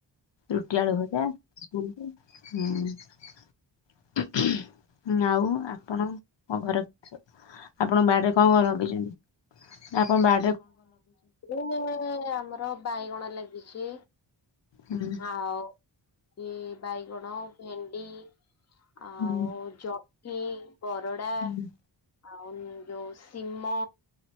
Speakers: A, on the left; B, on the left.
A: ରୁଟି ଆଳୁଭଜା। <unintelligible> ହୁଁ। ହୁଁ ଆଉ ଆପଣଙ୍କ ଘେର ଆପଣଙ୍କ ବାଡ଼ିରେ କଣ କଣ ଲଗେଇଚନ୍ତି? ଆପଣ ବା
B: ବାଡିରେ ଆମର ବାଇଗଣ ଲାଗିଛି।
A: ହୁଁ
B: ଆଉ ଏ ବାଇଗଣ, ଭେଣ୍ଡି ଆଉ
A: ହୁଁ
B: ଜହ୍ନି, ବରଡ଼ା।
A: ହୁଁ
B: ଆଉ ଯୋଉ ଶିମ